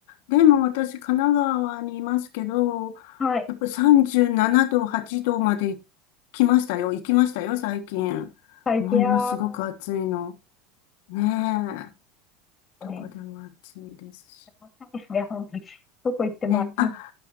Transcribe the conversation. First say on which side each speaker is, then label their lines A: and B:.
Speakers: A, on the left; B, on the left.
A: でも私、神奈川にいますけど、
B: はい。
A: やっぱ37度、8度まで来ましたよ。行きましたよ、最近。
B: 最近は
A: ものすごく暑いの。ねえ。どこでも暑いですし。
B: ね、暑いですね、本当に。どこ行っても暑いです。
A: ねあ、